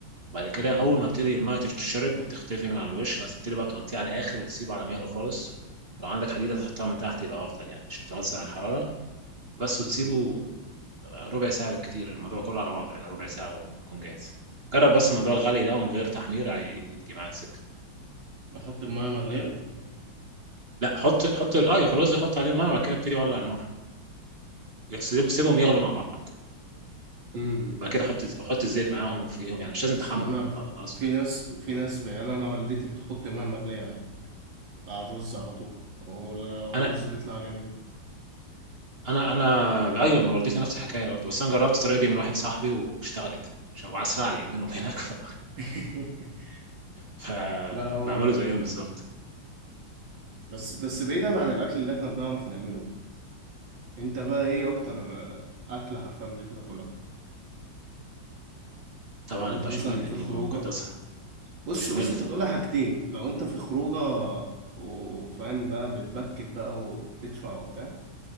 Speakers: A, on the right; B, on the right.
A: بعد كده
B: امم
A: أول ما تبتدي المية تتشرب وتختفي من على الوش ما تبتدي بقى توطيه على الآخر وتسيبه على مهله خالص لو عندك حديدة تحطها من تحت يبقى أفضل يعني عشان توزع الحرارة بس وتسيبه
B: امم
A: ربع ساعة بالكتير الموضوع كله على بعضه يعني ربع ساعة ويكون جاهز جرب بس موضوع الغلي ده ومن غير تحمير هيجي معاك سكة
B: احط المية مغلية
A: لا حط حط ايوه الرز حط عليه الميه وبعد كده ابتدي ولع النار سيب- سيبهم يغلوا مع بعض
B: امم
A: بعد كده حط حط الزيت معاهم فيهم يعني مش لازم
B: اصل
A: تحمر
B: انا ف-
A: اقصد
B: في
A: يعني.
B: ناس في ناس يعني انا والدتي بتحط مية مغلية على على الرز على طول ولا- والرز
A: انا
B: بيطلع جميل
A: انا انا ايوه انا والدتي نفس الحكايه برضه بس انا جربت الطريقه دي من واحد صاحبي واشتغلت شو اسرع لي منهم هناك ف...
B: <laughs>
A: فبعمله
B: لا هو
A: زيهم بالظبط
B: بس بس بعيدا عن الاكل اللي احنا بنعرف نعمله انت بقى ايه اكتر اكلة حرفيا بتحب تاكلها
A: طبعا
B: لو انت
A: البشاميل
B: مثلا في
A: دي
B: خروجه
A: ما مقدسها
B: بص
A: البشاميل
B: بص انت
A: طبعا
B: بتقولها حاجتين لو انت في خروجه وفاهم بقى بتبكت بقى وبتدفع وبتاع